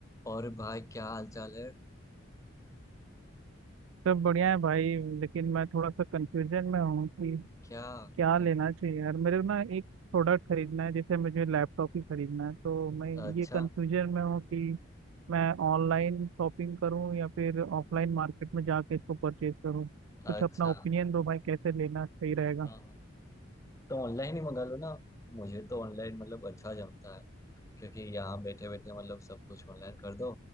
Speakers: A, on the left (about 15°); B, on the right (about 75°).
A: और भाई क्या हाल चाल है
B: सब बढ़िया है भाई लेकिन मैं थोड़ा सा कंफ्यूजन में हूँ कि
A: क्या
B: क्या
A: कंफ्यूज
B: लेना चाहिए यार मेरे को ना एक प्रोडक्ट खरीदना है जैसे मुझे लैपटॉप ही खरीदना है तो मैं
A: अच्छा
B: ये कंफ्यूजन में हूँ कि मैं ऑनलाइन शॉपिंग करूँ या फिर ऑफलाइन मार्केट में जाके इसको परचेज करूँ कुछ
A: अच्छा
B: अपना ओपिनियन दो भाई कैसे लेना सही रहेगा
A: हाँ हाँ। तो ऑनलाइन ही मंगा लो ना मुझे तो ऑनलाइन मतलब अच्छा जमता है क्योंकि यहाँ बैठे बैठे मतलब सब कुछ ऑनलाइन कर दो